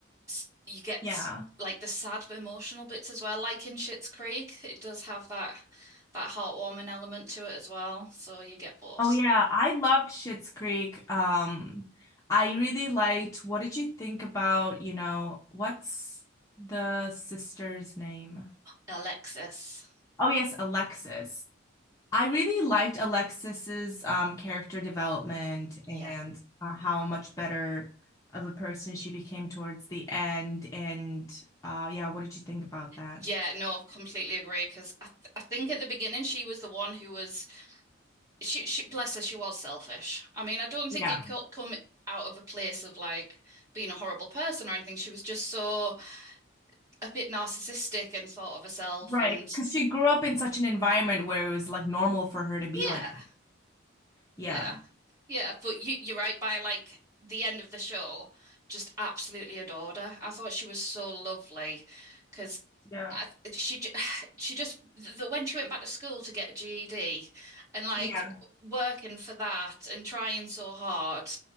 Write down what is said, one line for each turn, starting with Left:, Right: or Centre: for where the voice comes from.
Right: s- you get
Left: Yeah.
Right: this like the sad emotional bits as well. Like in Schitt's Creek, it does have that that heartwarming element to it as well. So you get both.
Left: Oh yeah, I loved Schitt's Creek. Um, I really liked. What did you think about, you know, what's the sister's name?
Right: Alexis.
Left: Oh yes, Alexis. I really liked Alexis's um character development
Right: Yeah.
Left: and uh, how much better of a person she became towards the end. And uh yeah, what did you think about that?
Right: Yeah, no, completely agree because I, th I think at the beginning she was the one who was she she bless her, she was selfish. I mean, I don't think
Left: Yeah.
Right: it co come out of a place of like being a horrible person or anything. She was just so a bit narcissistic and thought of herself
Left: Right,
Right: and
Left: because she grew up in such an environment where it was like normal for her to be
Right: yeah.
Left: like, yeah,
Right: Yeah. Yeah, but you, you're right, by like the end of the show, just absolutely adored her. I thought she was so lovely because
Left: Yeah.
Right: I, she j- <sighs> she just the, when she went back to school to get a GED and like
Left: yeah,
Right: working for that and trying so hard